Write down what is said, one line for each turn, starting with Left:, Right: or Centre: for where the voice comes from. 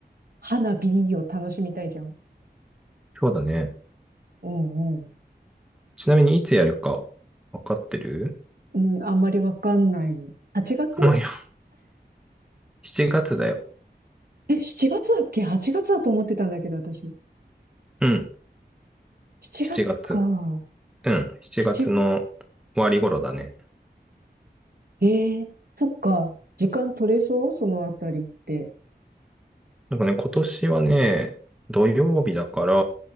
Right: 花火を楽しみたいじゃん。
Centre: そうだね。
Right: うんうん。
Centre: ちなみにいつやるか、わかってる
Right: うん、あんまりわかんないの。8月
Centre: <laughs> まあ、いや、7月だよ。
Right: え、7月だっけ ?8 月だと思ってたんだけど、私。
Centre: うん。
Right: 7月か。
Centre: 7月。うん。7月の終わり頃だね。
Right: 7月。ええそっか。時間取れそうそのあたりって。
Centre: なんかね、今年はね、土曜日だから